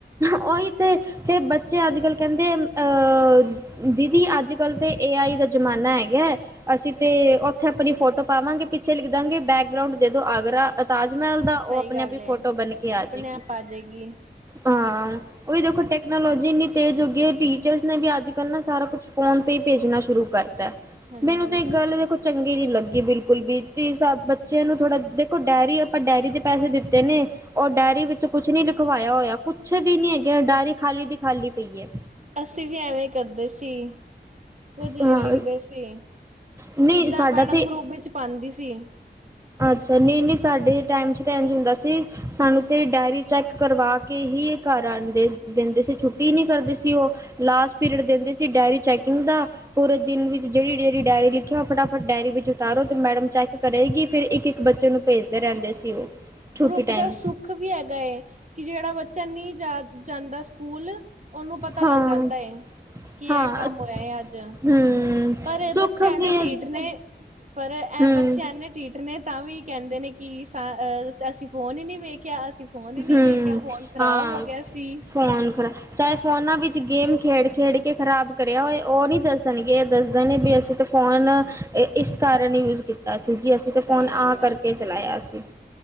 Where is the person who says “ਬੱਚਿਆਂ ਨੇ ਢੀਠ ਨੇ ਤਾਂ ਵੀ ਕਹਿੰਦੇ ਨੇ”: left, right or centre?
Right